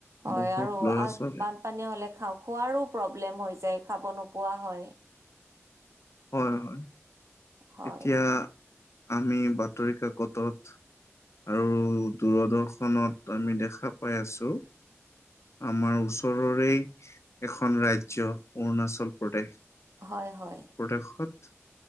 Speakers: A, on the right (about 80°); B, on the left (about 70°).
A: হয়
B: বহুত
A: আৰু
B: ল'ৰা ছোৱালী
A: বানপানী হলে খাওক খোৱাৰো প্ৰব্লেম হৈ যায় খাব নোপোৱা হয়।
B: হয় হয়
A: হয়,
B: এতিয়া আমি বাতৰি কাকতত আৰু দূৰদৰ্শনত আমি দেখা পাই আছো। আমাৰ ওচৰৰে এখন ৰাজ্য অৰুণাচল প্ৰদেশ।
A: হয় হয়
B: বখত